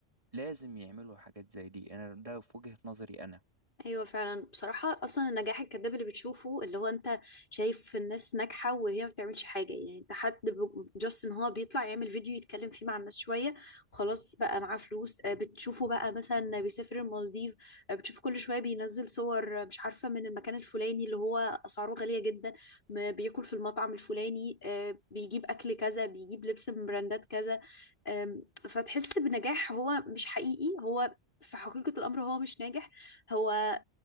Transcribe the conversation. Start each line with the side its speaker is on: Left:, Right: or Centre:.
Right: لازم يعملوا حاجات زي دي انا ده في وجهة نظري انا
Left: ايوه فعلا بصراحه اصلا النجاح الكذاب اللي بتشوفه اللي هو انت شايف الناس ناجحه وهي ما بتعملش حاجه يعني انت حد جاست ان هو بيطلع يعمل فيديو يتكلم فيه مع الناس شويه خلاص بقى معاه فلوس آه، بتشوفه بقى مثلا بيسافر المالديف آه، بتشوفه كل شويه بينزل صور آه، مش عارفه من المكان الفلاني اللي هو اسعاره غاليه جدا م- بياكل في المطعم الفلاني آه، بيجيب اكل كذا بيجيب لبس من براندات كذا آم، فتحس بنجاح هو مش حقيقي هو في حقيقة الأمر هو مش ناجح هو